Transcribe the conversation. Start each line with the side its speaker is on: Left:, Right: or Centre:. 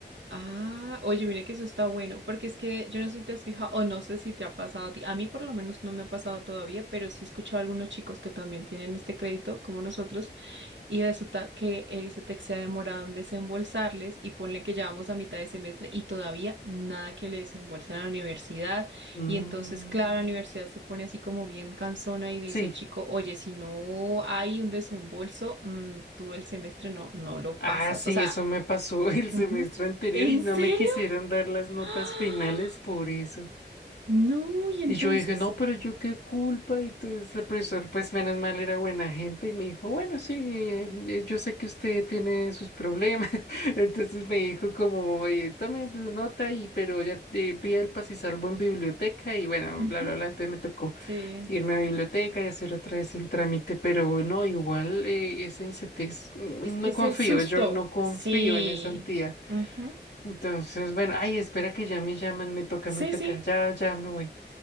Right: Ah, oye, mire que eso está bueno, porque es que yo no sé si te has fijado o no sé si te ha pasado a ti. A mí por lo menos no me ha pasado todavía, pero sí he escuchado a algunos chicos que también tienen este crédito como nosotros y resulta que el ICETEX se ha demorado en desembolsarles y ponle que ya vamos a mitad de semestre y todavía nada que le desembolsan a la universidad.
Left: Mm,
Right: Y entonces, claro, la universidad se pone así como bien cansona y le dice
Left: sí.
Right: al chico, oye, si no hay un desembolso, mm, tú el semestre no, no lo
Left: Ah,
Right: pasas.
Left: sí,
Right: O sea...
Left: eso me pasó <laughs> el
Right: ujú.
Left: semestre anterior
Right: ¿En
Left: y no
Right: serio?
Left: me quisieron dar las
Right: <gasps>
Left: notas
Right: ¡Ah!
Left: finales por eso.
Right: No, y entonces,
Left: Y yo dije, no, pero yo qué culpa. Y entonces el profesor, pues menos mal, era buena gente y me dijo, bueno, sí, eh, eh, yo sé que usted tiene sus problemas. <laughs> Entonces me dijo como, eh, tome su nota y pero ya te pida el paz y salvo en biblioteca y bueno,
Right: Ujú, ujú,
Left: bla, bla, bla. Entonces me tocó
Right: Sí,
Left: irme a biblioteca y hacer otra vez el trámite, pero no, igual eh, ese ICETEX, mm,
Right: es que
Left: no
Right: es
Left: confío,
Right: el susto.
Left: yo no confío
Right: Sí,
Left: en esa entidad.
Right: ujú.
Left: Entonces, bueno, ay, espera que ya me llaman, me toca,
Right: Sí,
Left: me toca,
Right: sí,
Left: ya, ya me voy.